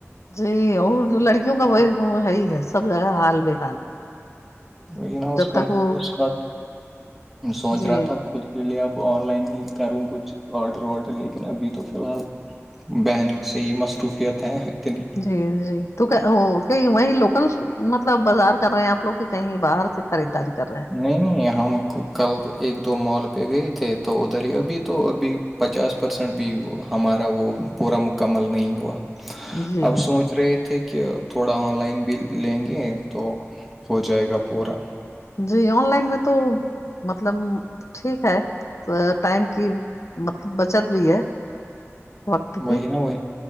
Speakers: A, on the left; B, in the centre.
A: جی اور لڑکیوں کا وہ ہےی ہے سب جگہ حال میں
B: وہی نا اس کا
A: تک وہ
B: اس کا سوچ
A: جی
B: رہا تھا خود چلیے اب آن لائن ہی کروں کچھ آڈر واڈر لیکن ابھی تو فی الحال بہن سے ہی مصروفیت ہیں اتنی
A: جی جی تو کہ وہیں لوکل مطلب بازار کر رہے ہیں آپ لوگ کہ کہیں باہر سے خریداری کر رہے ہیں
B: نہیں نہیں ہم کل ایک دو مال پہ گئے تھے تو ادھر ہی ابھی تو ابھی پچاس پرسینٹ بھی ہمارا وہ پورا مکمل نہیں ہوا
A: جی
B: اب سوچ رہے تھے کہ تھوڑا آن لائن بھی لیں گے تو ہو جائے گا پورا
A: جی آن لائن میں تو مطلب ٹھیک ہے ٹائم کی مطلب بچت بھی ہے وقت
B: وہی
A: کی
B: نا وہی